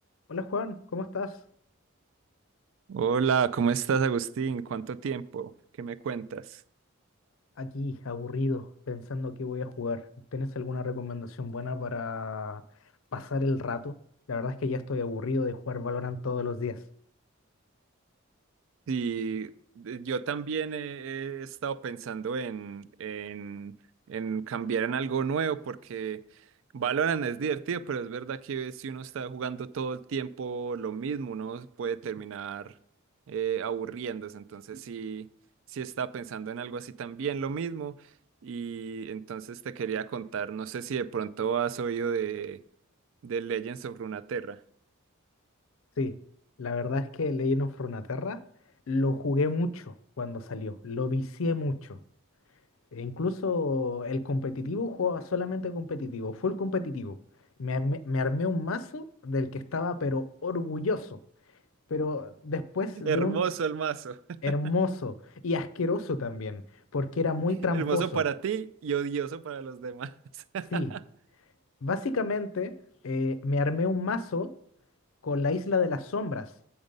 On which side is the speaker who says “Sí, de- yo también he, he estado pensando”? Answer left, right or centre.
Right